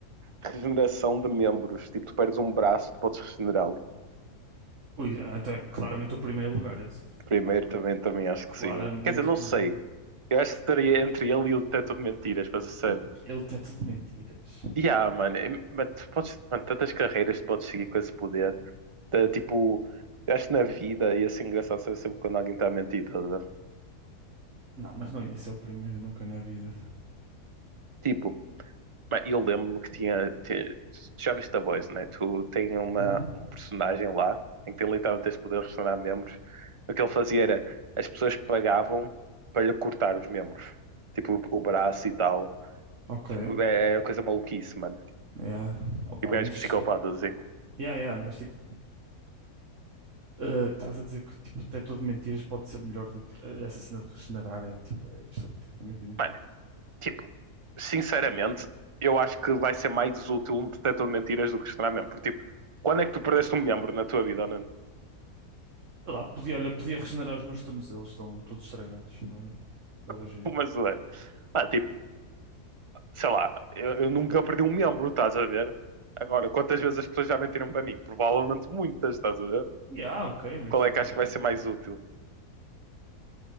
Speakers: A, on the right; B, on the right.
A: regeneração de membros. Tipo, tu perdes um braço, tu podes regenerá-lo.
B: Ui, ah, então é claramente o primeiro lugar esse.
A: Primeiro também, também acho que
B: Claramente
A: sim, mano. Quer dizer, não
B: o
A: sei.
B: primeiro.
A: Eu acho que estaria entre ele e o detector de mentiras, para ser sério.
B: O quê? É O teto de mentiras.
A: Yeah, mano, em- mas tu podes, mano, tantas carreiras tu podes seguir com esse poder. Tá, Tipo, eu acho que na vida ia ser engraçado saber sempre quando alguém está a mentir, tá, a ver?
B: Não, mas não ia ser o primeiro nunca na vida.
A: Tipo, Mas Eu lembro-me que tinha. ti- Tu já viste The Boys, né? Tu tem uma,
B: Uhum.
A: um personagem lá em que tem literalmente esse poder de restaurar membros. O que ele fazia era as pessoas pagavam para lhe cortar os membros, tipo o braço e tal.
B: Ok.
A: Tipo, é, é coisa maluquice, mano.
B: Yeah. Opa,
A: Tipo, gajos
B: mas.
A: psicopatas assim.
B: Yeah, yeah, mas tipo. ah, estás a dizer que tipo, o teto de mentiras pode ser melhor do que ah, essa cena de regenerar? É tipo, é estúpido, na minha opinião.
A: Mano, tipo, sinceramente, eu acho que vai ser mais útil um detector de mentiras do que restaurar membros. Porque, Tipo, quando é que tu perdeste um membro na tua vida, Nuno?
B: Sei lá, podia, olha, podia regenerar os meus tornozelos, estão todos estragados. não é? Dava
A: <laughs>
B: jeito.
A: Mas, ué, ah, tipo, sei lá, eu, eu nunca perdi um membro, estás a ver? Agora, quantas vezes as pessoas já mentiram para mim? Provavelmente muitas, estás a ver?
B: Yeah, ok,
A: E
B: mas
A: qual
B: tipo.
A: é que acho que vai ser mais útil?